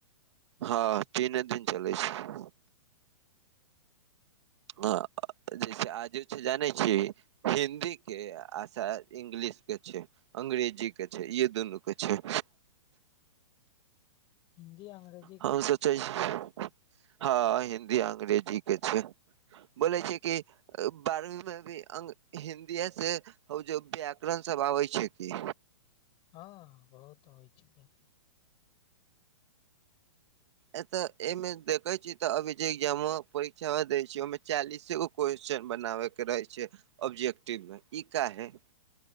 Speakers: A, on the right (about 60°); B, on the left (about 30°).
A: हँ तीने दिन चलै छै।। ह जैसे आज छै जानै छी हिन्दी।। दि के आश इंग्लिश के छै।। अंग्रेजी के छै य दुनू के छै।।
B: हिन्दी अंग्रेजी।।
A: हम हँ हिन्दी अंग्रेजी के छै।। बोले छै कि।। बारहवींमे भी अ हिन्दीएसँ हो जे व्याकरण सब आबै छै कि।
B: हँ बहुत होबइ छै।।
A: ए तऽ एमे देखे छीै तऽ अभी जे एग्जाम परीक्षा दै छी ओहिमे। चालीसेगो क्वेेशचन बनाबेके रहै छै ऑब्जेक्टिवमे ई काहे।